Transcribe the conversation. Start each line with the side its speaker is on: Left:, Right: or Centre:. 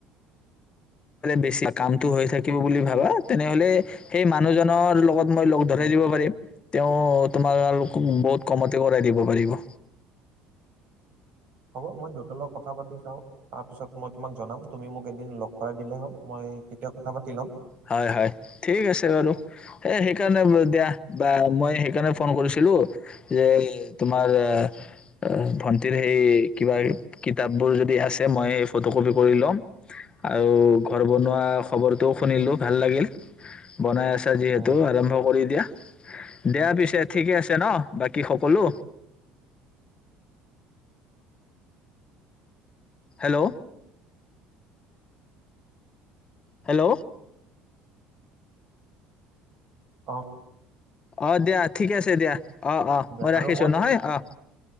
Left: বেছি কামতটো হৈ থাকিব বুলি ভাবা তেনেহলে সেই মানুহজনৰ লগত মই লগ ধৰাই
Right: উম
Left: দিব পাৰিম। তেওঁ তোমালালোকক বহুত কমতে কৰাই দিব পাৰিব।
Right: হ'ব মই দেউতাৰ লগত কথা পাতি চাওঁ, তাৰপিছত মই তোমাক জনাম। তুমি মোক এদিন লগ কৰাই দিলে হ'ল মই কেতিয়া কথা পাতি ল'ম।
Left: হয় হয়, ঠিক আছে বাৰু। এই সেইকাৰণে দিয়া বা মই সেইকাৰণে ফোন কৰিছিলোঁ যে তোমাৰ, অহ, ভন্টিৰ সেই কিবা কিতাপবোৰ যদি আছে মই সেই ফটো কপি কৰি ল'ম আৰু ঘৰ বনোৱা খবৰটো শুনিলোঁ ভাল লাগিল, বনাই আছা যিহেতু
Right: উম
Left: আৰম্ভ কৰি দিয়া। দিয়া পিছে ঠিকে আছে ন বাকী সকলো? হেল্ল'। হেল্ল'।
Right: অ'।
Left: অ', দিয়া, ঠিকে আছে দিয়া, অ', অ',
Right: দিয়া
Left: মই
Right: আৰু
Left: ৰাখিছো নহয় অ'।